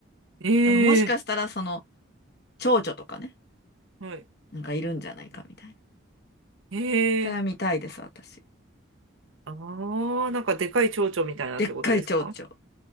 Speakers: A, on the right (about 75°); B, on the left (about 50°).
A: ええ、
B: だからもしかしたらその、蝶々とかね、
A: はい。
B: なんかいるんじゃないかみたいな。
A: え
B: それは見たいです、
A: え、
B: 私。
A: ああ、なんかでかい蝶々みたいなってことですか
B: でっかい蝶々。